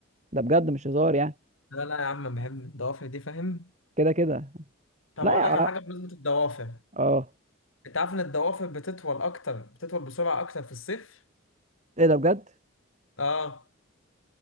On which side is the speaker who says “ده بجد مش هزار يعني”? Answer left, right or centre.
Right